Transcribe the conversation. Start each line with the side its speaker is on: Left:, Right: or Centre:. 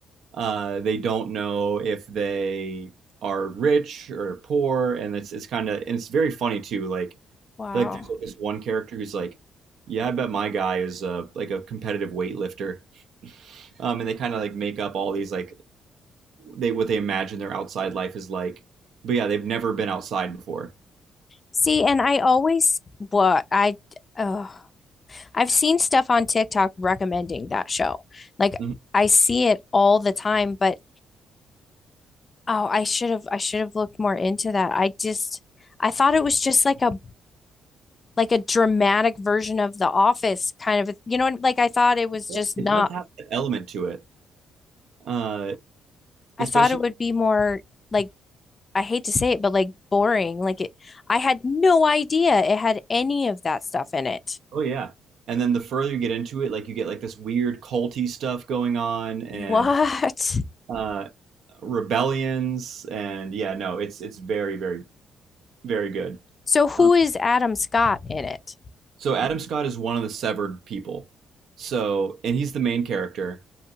Right: uh they don't know if they are rich or poor and it's it's kind of and it's very funny too like
Left: Wow.
Right: like there's like this one character who's like yeah i bet my guy is uh like a competitive weightlifter um and they kind of like make up all these like they what they imagine their outside life is like but yeah they've never been outside before
Left: See, and I always what I oh I've seen stuff on TikTok recommending that show. Like
Right: Mhm.
Left: I see it all the time, but oh, I should have I should have looked more into that. I just I thought it was just like a like a dramatic version of The Office kind of, you know, like I thought it was
Right: But
Left: just
Right: it
Left: not
Right: does have an element to it uh
Left: I
Right: especially
Left: thought it would be more like I hate to say it, but like boring. Like it I had no idea it had any of that stuff in it.
Right: Oh yeah. And then the further you get into it, like you get like this weird culty stuff going on and
Left: What?
Right: uh rebellions and yeah, no, it's it's very, very, very good.
Left: So who
Right: Uh,
Left: is Adam Scott in it?
Right: so Adam Scott is one of the severed people. So and he's the main character.